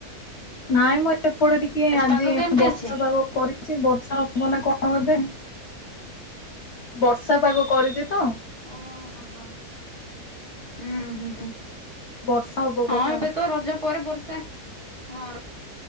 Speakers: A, on the left; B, on the right.
A: ନାଇଁ ମୁ ଏପଟେ ଟିକେ ଆଜି
B: ପାଗ କେମିତି
A: ବର୍ଷା
B: ଅଛି?
A: ପାଗ କରିଛି ବର୍ଷା ହବ ନା କଣ? ହଁ <unintelligible> ବର୍ଷା ପାଗ କରିଛି ତ?
B: ଓହୋ ହୋ ହୁଁ ହୁଁ ହୁଁ।
A: ବର୍ଷା ହବ
B: ହଁ
A: ପରେ
B: ଏବେ
A: ଆଉ।
B: ତ ରଜ ପରେ ବର୍ଷା ହଁ